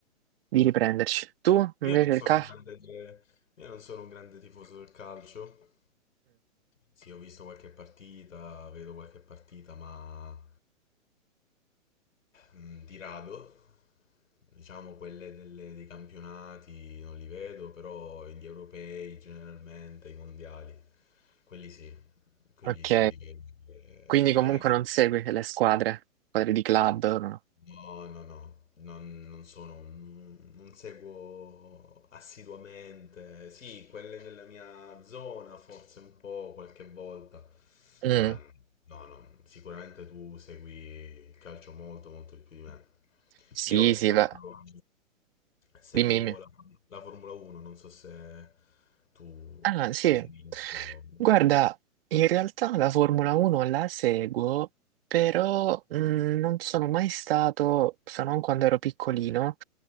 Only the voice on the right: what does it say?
di riprenderci. Tu,
invece,
il CAF?
Ok,
quindi
comunque non segui le squadre, squadre di club, no?
Mm,
Sì,
sì,
va.
Dimmi, dimmi.
Ah, sì.
Guarda, in realtà la Formula 1 la seguo, però mm, non sono mai stato, se non quando ero piccolino,